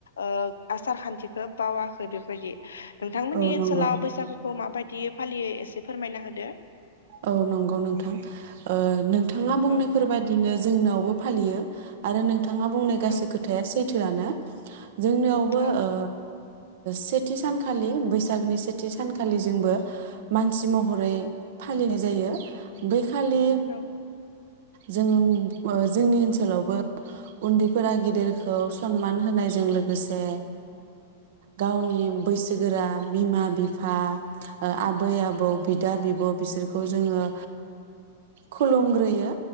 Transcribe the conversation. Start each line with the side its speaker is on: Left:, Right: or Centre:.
Left: ओ आसार खान्थिखो बावाखो बेबायदि नोंथांमोननि
Right: औ
Left: ओनसोलाव
Right: नंगौ
Left: बैसागुखौ माबाय- दि फालियोै एसे फोरमायना होदो
Right: औ नंगौ नोंथां ओ नों नोंथाआ बुंनायफोर
Left: औ
Right: बायदिनो जोंनाव फालियो आरो नोंथाङा बुंनाय गासै
Left: औ
Right: खोथाया सैथो। सैथोआनो। जोंनियावबो
Left: औ
Right: ओ सेथि सानखालि बैसागनि सेथि सानखालि जोंबो मानसि महरै फालिनाय जायो। बै खालि
Left: औ
Right: जों जोंनि ओनसोलावबो उन्दैफोरा गेदेरखौ सनमान होनायजों लोगोसे गावनि बैसोगोरा बिमा, बिफा, आबै, आबौ, बिदा, बिब' बिसोरखौ जोङो खुलुमग्रोयो